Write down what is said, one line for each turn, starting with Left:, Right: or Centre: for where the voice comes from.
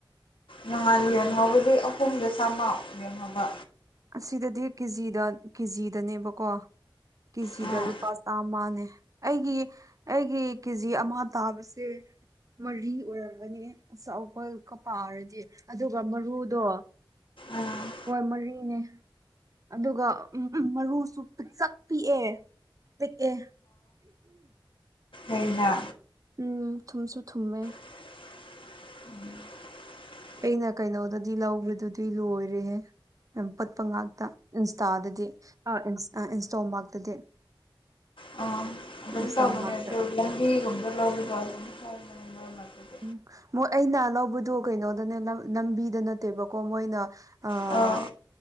Left: ꯅꯍꯥꯟ ꯌꯦꯟꯍꯧꯕꯗꯤ ꯑꯍꯨꯝꯗ ꯆꯝꯃꯥꯎ ꯌꯦꯡꯍꯧꯕ
Right: ꯑꯁꯤꯗꯗꯤ ꯀꯦꯖꯤꯗ ꯀꯦꯖꯤꯗꯅꯦꯕꯀꯣ ꯀꯦꯖꯤꯗ
Left: ꯎꯝ
Right: ꯂꯨꯄꯥ ꯆꯥꯃꯅꯦ ꯑꯩꯒꯤ ꯑꯩꯒꯤ ꯀꯦꯖꯤ ꯑꯃ ꯇꯥꯕꯁꯦ ꯃꯔꯤ ꯑꯣꯏꯔꯝꯒꯅꯤ ꯑꯆꯥꯄꯜꯀ ꯄꯥꯔꯗꯤ ꯑꯗꯨꯒ ꯃꯔꯨꯗꯣ
Left: ꯎꯝ
Right: ꯍꯣꯏ ꯃꯔꯤꯅꯦ ꯑꯗꯨꯒ ꯎ ꯃꯔꯨꯁꯨ ꯄꯆꯛ ꯄꯤꯛꯑꯦ ꯄꯤꯛꯑꯦ
Left: ꯑꯩꯅ
Right: ꯎꯝ ꯊꯨꯝꯁꯨ ꯊꯨꯝꯃꯦ
Left: <unintelligible>
Right: ꯑꯩꯅ ꯀꯩꯅꯣꯗꯗꯤ ꯂꯧꯕꯗꯨꯗꯤ ꯂꯣꯏꯔꯦꯍꯦ ꯄꯠꯄ ꯉꯥꯛꯇ ꯏꯟꯁꯇꯥꯗꯗꯤ ꯑ ꯏꯟꯁꯇꯣ ꯉꯥꯛꯇꯗꯤ
Left: ꯑꯣ
Right: ꯏꯟꯁꯇꯥꯃꯥꯔꯛꯇ
Left: ꯂꯝꯕꯤꯒꯨꯝꯕ <unintelligible>
Right: ꯎꯝ ꯃꯣꯏ ꯑꯩꯅ ꯂꯧꯕꯗꯣ ꯀꯩꯅꯣꯗꯅꯦ ꯂꯝꯕꯤꯗ ꯅꯠꯇꯦꯕꯀꯣ ꯃꯣꯏꯅ ꯑꯥ
Left: ꯑꯣ